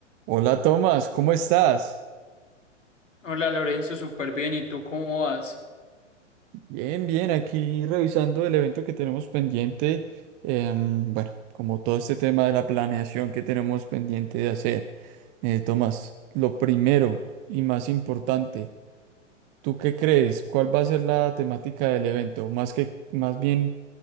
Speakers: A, on the right; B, on the left.
A: Hola Tomás, ¿cómo estás?
B: Hola Lorenzo, súper bien. ¿Y tú cómo vas?
A: Bien, bien, aquí revisando el evento que tenemos pendiente. em, bueno, como todo este tema de la planeación que tenemos pendiente de hacer. Eh, Tomás, lo primero y más importante, ¿tú qué crees? ¿Cuál va a ser la temática del evento? Más que, más bien,